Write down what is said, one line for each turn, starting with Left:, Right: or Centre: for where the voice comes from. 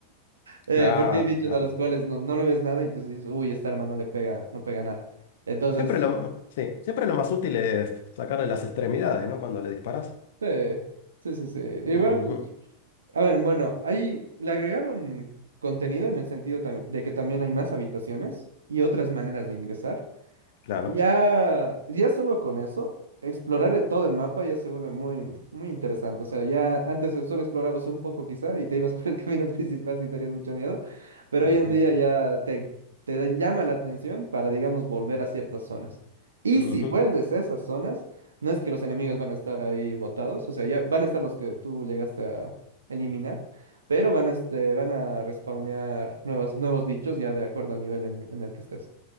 Right: eh,
Left: Claro,
Right: porque hay bichos
Left: claro.
Right: a los cuales no, no le ves nada y entonces dices, uy, esta arma no le pega, no pega nada. Entonces,
Left: Siempre lo, ma- sí, siempre lo más útil es sacarle las extremidades, ¿no? Cuando le disparas
Right: Sí, sí, sí, sí. Igual,
Left: Ujú,
Right: a ver, bueno, ahí le agregaron contenido en el sentido tam- de que también hay más habitaciones y otras maneras de ingresar.
Left: Claro.
Right: Ya, ya solo con eso, explorar de todo el mapa ya se vuelve muy, muy interesante. O sea, ya antes solo explorabas un poco quizá y te ibas por el <laughs> camino principal si tenías mucho miedo, pero
Left: Ujú,
Right: hoy en día ya te, te llama la atención para, digamos, volver a ciertas zonas. Y
Left: ujú.
Right: si vuelves a esas zonas, no es que los enemigos van a estar ahí botados, o sea, ya van a estar los que tú llegaste a eliminar, pero van a, este, van a respawnear nuevas, nuevos bichos ya de acuerdo al nivel en en el que estés.